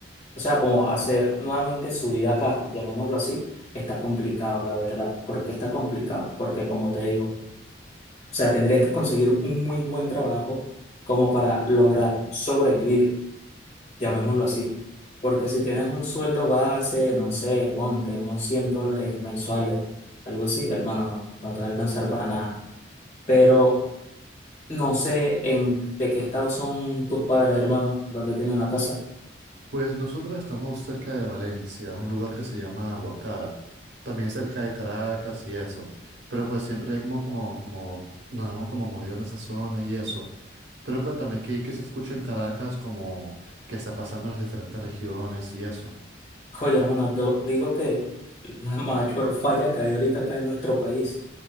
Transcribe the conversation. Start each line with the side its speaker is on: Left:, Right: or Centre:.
Left: o sea, como hacer nuevamente su vida acá, llamémoslo así, está complicado, la verdad. ¿Por qué está complicado? Porque como te digo, o sea, tendrías que conseguir un muy buen trabajo como para lograr sobrevivir llamémoslo así. Porque si tienes un sueldo base, no sé, ponte unos 100 dólares mensuales, algo así, hermano, no, no te va a alcanzar para nada. Pero no sé en de qué estado son tus padres, hermano, dónde tienen la casa.
Right: Pues nosotros estamos cerca de Valencia, un lugar que se llama Aguacara, también cerca de Caracas y eso, pero pues siempre hemos como, como, nos hemos como movido en esa zona y eso. Pero cuéntame, ¿qué, qué se escucha en Caracas como que está pasando en las diferentes regiones y eso?
Left: Oye, hermano, yo digo que la mayor falla que hay ahorita acá en nuestro país